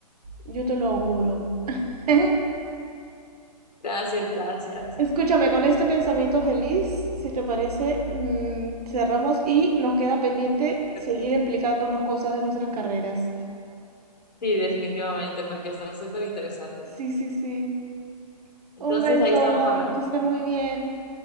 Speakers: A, on the right; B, on the left.
A: Yo te lo auguro. <laughs>
B: Gracias, gracias.
A: Escúchame, con este pensamiento feliz, si te parece, mm, cerramos y nos queda pendiente
B: Perfecto.
A: seguir explicándonos cosas de nuestras carreras.
B: Sí, definitivamente, porque está súper interesante.
A: Sí, sí, sí.
B: Entonces,
A: Un beso,
B: ahí estamos hablando.
A: que esté muy bien.